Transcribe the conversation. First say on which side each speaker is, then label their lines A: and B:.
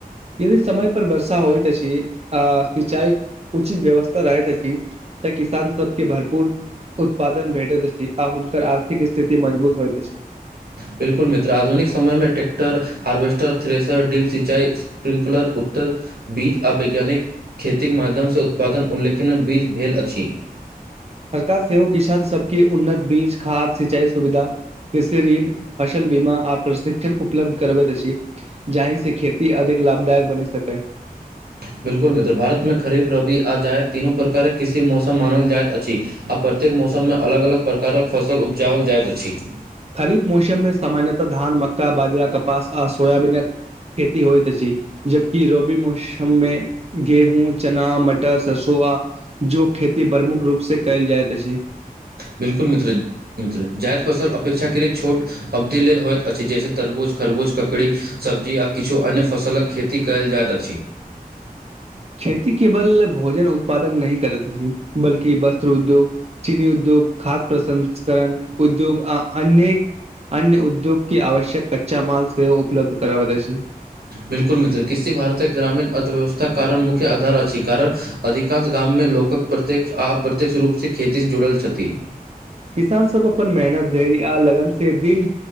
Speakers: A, on the right (about 40°); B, on the right (about 80°).
A: यदि समय पर वर्षा होइत अछि आ सिंचाई उचित व्यवस्था रहैत अछि त किसान सबके भरपूर उत्पादन भेटैत अछि आ हुनकर आ र्थिक स्थिति मजबूत होइत अछि।
B: बिल्कुल मित्र आधुनिक समय मे ट्रै्क्टर, हार्वेस्टर थ्रेसर, ड्रिप सिंचाई स्प्रिंकलर, उत्तम बीज आ वैज्ञानिक खेतीक माध्यमसँ उत्पादन उल्लेखनीय वृद्धि भेल अछि।
A: सरकार सेहो किसान सबके उन्नत बीज खाद सिंचाई सुविधा, कृषि ऋण फसल बीमा आ प्रशिक्षण उपलब्ध करबैत अछि। जहहिं से खेती अधिक लाभदायक बनि सकै।
B: बिलकुल मित्र, भारत में खरीफ, रबी आ जायद तीनो प्रकारक कृषि मौसम मानल जाइत अछि। आ प्रत्येक मौसम मे अलग अलग प्रकारक फसल उपजाओल जाइत अछि।
A: खरीफ मौसममे सामान्यतः धान, मक्का, बाजरा, कपास आ सोयबीनक खेती होइत अछि जबकि रवि मौसममे गेहूँ, चना, मटर, सरसो आ जौ खेती प्रमुख रूप से कयल जायत अछि।
B: बिल्कुल मित्र, मित्र जायद फसल अपेक्षाकृत छोट अवधि लेल होइत अछि जैसे तरबूज, खरबूज, ककड़ी सब्जी आ किछु अन्य फसलक खेती कयल जाइत अछि।
A: खेती केवल भोजन उत्पादन नहि कर करैत अछि बल्कि वस्त्र उद्योग चीनी उद्योग, खाद्य प्रसंस्करण उद्योग आ अन्य अन्य उद्योग के आवश्यक कच्चा माल सेहो उपलब्ध कराबैत अछि।
B: बिलकुल मित्र, कृषि भारतक ग्रामीण अर्थव्यवस्था कारण मुख्य आधार अछि कारण अधिकांश गाम मे लोकक प्रत्यक्ष आ अप्रत्यक्ष रूपसँ खेती से जुड़ल छथि।
A: किसान सब अपन मेहनत, धैर्य आ लगन से दिन